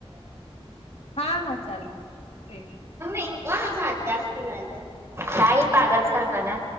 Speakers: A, on the left; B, on the right.
A: हा, हा चालतय ठेव
B: काहीही पागल सारखं ना